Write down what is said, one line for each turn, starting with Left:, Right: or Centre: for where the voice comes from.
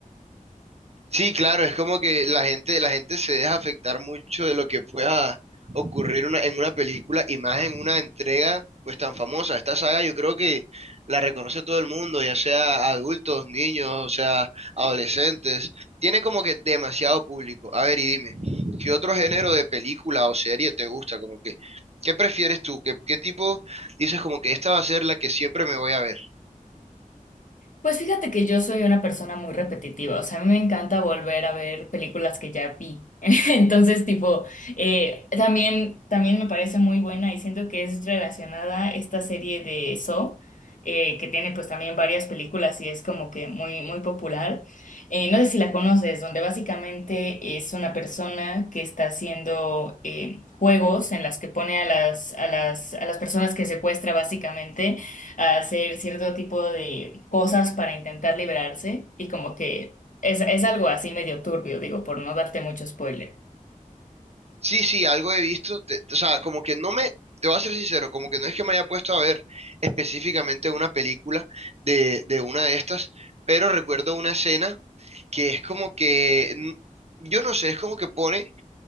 Right: Sí, claro, es como que la gente, la gente se deja afectar mucho de lo que pueda ocurrir una- en una película y más en una entrega pues tan famosa. Esta saga yo creo que la reconoce todo el mundo, ya sea adultos, niños, o sea, adolescentes. Tiene como que demasiado público. A ver, y dime, ¿qué otro género de película o serie te gusta? Como que, ¿qué prefieres tú? ¿Qué, qué tipo dices como que esta va a ser la que siempre me voy a ver?
Left: Pues fíjate que yo soy una persona muy repetitiva, o sea, a mí me encanta volver a ver películas que ya vi. <laughs> Entonces, tipo, eh, también, también me parece muy buena y siento que es relacionada esta serie de Saw, eh, que tiene pues también varias películas y es como que muy, muy popular. Eh, no sé si la conoces, donde básicamente es una persona que está haciendo eh, juegos en las que pone a las, a las, a las personas que secuestra básicamente a hacer cierto tipo de cosas para intentar liberarse y como que es, es algo así medio turbio, digo, por no darte mucho spoiler.
Right: Sí, sí, algo he visto, te- o sea, como que no me, te voy a ser sincero, como que no es que me haya puesto a ver específicamente una película de, de una de estas, pero recuerdo una escena que es como que, mm, yo no sé, es como que pone